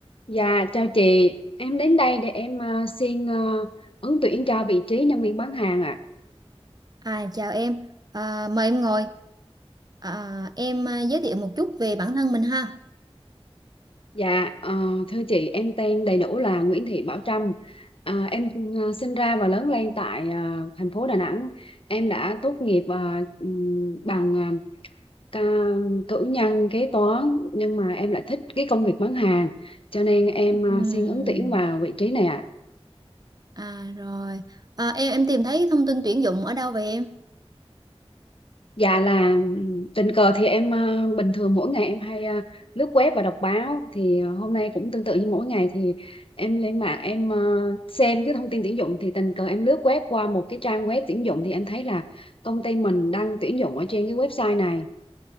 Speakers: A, on the left; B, on the right.
A: Dạ, chào chị. Em đến đây để em ờ, xin ờ, ứng tuyển cho vị trí nhân viên bán hàng ạ.
B: À, chào em, à, mời em ngồi. À, em à, giới thiệu một chút về bản thân mình ha.
A: Dạ, ờ, thưa chị, em tên đầy đủ là Nguyễn Thị Bảo Trâm. Ờ, em ờ, sinh ra và lớn lên tại ờ, thành phố Đà Nẵng. Em đã tốt nghiệp ờ, ừm, bằng ờ, ca cử nhân kế toán, nhưng mà em lại thích cái công việc bán hàng, cho nên em ờ,
B: Ừm,
A: xin ứng tuyển vào vị trí này ạ.
B: à rồi, à, em em tìm thấy thông tin tuyển dụng ở đâu vậy em?
A: Dạ là tình cờ thì em ờ, bình thường mỗi ngày em hay ờ, lướt web và đọc báo thì ờ, hôm nay cũng tương tự như mỗi ngày thì em lên mạng em ờ, xem cái thông tin tuyển dụng thì tình cờ em lướt web qua một cái trang web tuyển dụng thì em thấy là công ty mình đang tuyển dụng ở trên cái website này